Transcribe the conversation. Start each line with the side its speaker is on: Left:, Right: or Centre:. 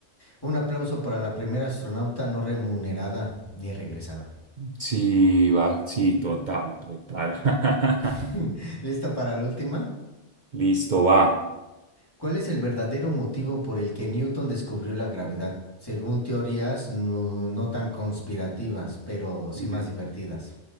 Left: Un aplauso para la primera astronauta no remunerada ni regresada.
Right: Sí, va, sí, total, total. <laughs>
Left: <laughs> ¿Listo para la última?
Right: Listo, va.
Left: ¿Cuál es el verdadero motivo por el que Newton descubrió la gravedad? Según teorías no, no tan conspirativas, pero sí
Right: Ujú.
Left: más divertidas.